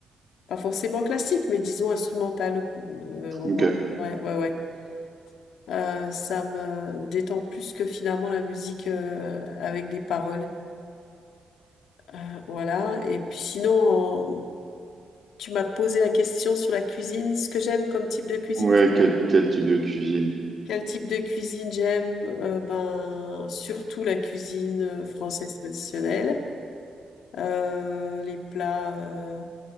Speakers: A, on the left; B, on the right.
A: Pas forcément classique, mais disons instrumentale, euh, au moins.
B: Ok.
A: Ouais, ouais, ouais. Euh, ça me détend plus que finalement la musique euh, avec des paroles. Euh, voilà. Et puis sinon, en- tu m'as posé la question sur la cuisine, ce que j'aime comme type de cuisine.
B: Ouais,
A: c'est
B: quel,
A: ça
B: quel type de cuisine?
A: Quel type de cuisine j'aime? Euh, ben, surtout la cuisine euh, française traditionnelle. Euh, les plats euh,